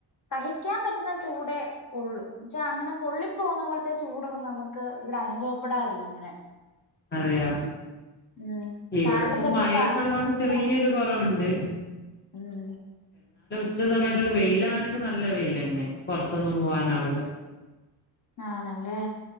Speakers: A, on the left; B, on the left.
A: സഹിക്കാൻ പറ്റുന്ന ചൂടെയൊള്ളു അങ്ങനെ പൊള്ളിപ്പോകുന്ന പോലത്തെ ചൂടൊന്നും നമുക്ക് ഇവിടെ അനുഭവപ്പെടാറില്ല അങ്ങനെ
B: അതെയോ
A: ഉം
B: ഇവിടെപ്പം
A: നാട്ടിലൊക്കെപ്പാ
B: മഴയോക്കെള്ളതോണ്ട് ചെറിയൊരു കുറവുണ്ട്
A: ഉം
B: ഉച്ച സമയത്തൊക്കെ വെയിലാണെങ്കിൽ നല്ല വെയിൽ തന്നെ പുറത്തൊന്നും പോവാനാവില്ല
A: ആണല്ലേ